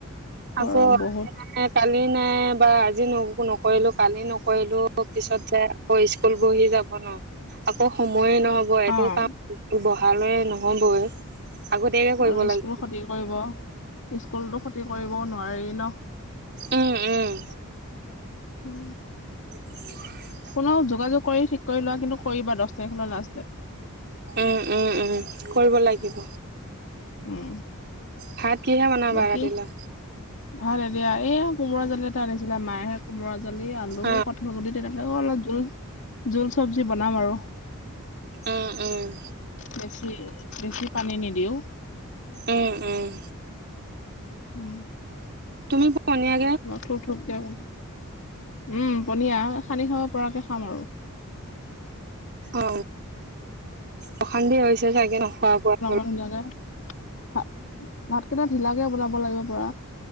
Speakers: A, on the left; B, on the right.
A: গৰম
B: আকৌ
A: বহুত
B: কালি নাই বা আজি ন নকৰিলো কালি নকৰিলো পিছত যায় আকৌ স্কুল বহি যাব ন আকৌ সময়ে নহব এইটো
A: অ
B: কাম বহালৈ নহবই আগতীয়াকে কৰিব
A: আৰু
B: লাগিব
A: স্কুল ক্ষতি কৰিব স্কুলতো ক্ষতি কৰিব নোৱাৰি ন
B: উম উম
A: অ
B: উ
A: কোনেও যোগাযোগ কৰি ঠিক কৰি লোৱা কিন্তু কৰিবা দহ তাৰিখলৈ লাষ্ট ডেট
B: উম উম উম কৰিব লাগিব
A: উম
B: ভাত কিহে বনাবা
A: বাকী
B: ৰাতিলৈ
A: ভাল এ দিয়া এইয়া কোমোৰা জালি এটা আনিছিলে মায়েে কোমৰা জালি আলু
B: অ
A: কঠলগুৰিি তেনেকে অলপ জোল জোল চব্জি বনাম আৰু
B: উ উম
A: বেছি বেছি পানী নিদিও
B: উম উম
A: উম
B: তুমি পনীয়া
A: থপ থপকোন উম পনীয়াা সানি খাব পৰাকে খাম আৰু
B: অ অশান্তি হৈছে চাগে নোখোৱা বোৱা
A: লগাগা ভাত ভাতকেইটা ঢিলাকে বনাব লাগিব প